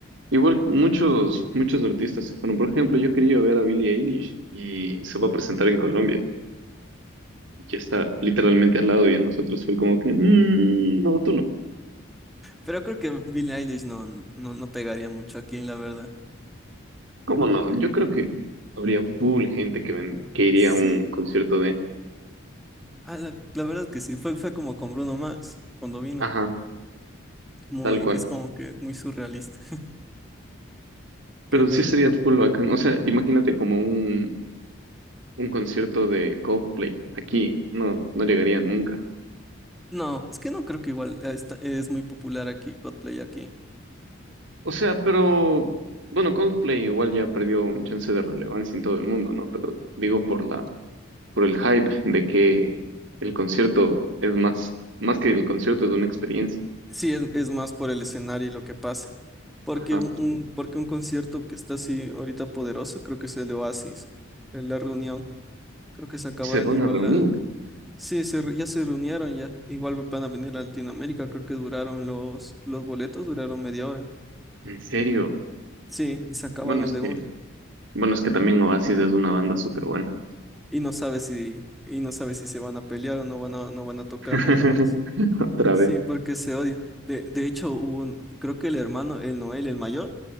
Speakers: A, on the right; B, in the centre.
A: igual muchos, muchos artistas se fueron. Por ejemplo, yo quería ver a Billie Eilish y se va a presentar en Colombia. que está literalmente al lado y a nosotros fue como que, "Mm, no, tú no.
B: Pero creo que Billie Eilish no, no, no pegaría mucho aquí, la verdad.
A: ¿Cómo no? Yo creo que habría full gente que, ven, que iría
B: Sí,
A: a un concierto de,
B: a la, la verdad que sí, fue, fue como con Bruno Mars cuando vino.
A: ajá,
B: Muy,
A: tal cual.
B: es como que muy surrealista
A: Pero
B: <laughs> que venga.
A: sí sería full bacán. O sea, imagínate como un, un concierto de Coldplay aquí. No, no llegaría nunca.
B: No, es que no creo que igual eh, está- es muy popular aquí, Coldplay aquí.
A: O sea, pero bueno, Coldplay igual ya perdió un chance de relevancia en todo el mundo, ¿no? Pero digo por la, por el hype de que el concierto es más, más que el concierto es una experiencia.
B: Sí, es, es más por el escenario y lo que pasa. Porque
A: Ajá.
B: un, un- porque un concierto que está así ahorita poderoso, creo que es el de Oasis, en la reunión. Creo que se acabaron
A: Se van
B: igual
A: a reunir.
B: la... Sí, se re- ya se reunieron ya. Igual van a venir a Latinoamérica, creo que duraron los, los boletos, duraron media hora.
A: En serio.
B: Sí, y se acabaron
A: Bueno, es
B: de
A: que,
B: una.
A: bueno, es que también Oasis es una banda súper buena.
B: Y no sabe si, y no sabe si se van a pelear o no van a, no van a tocar
A: <laughs>
B: nunca más.
A: Otra
B: Sí,
A: vez.
B: porque se odian. De, de hecho, hubo un- creo que el hermano, el Noel, el mayor.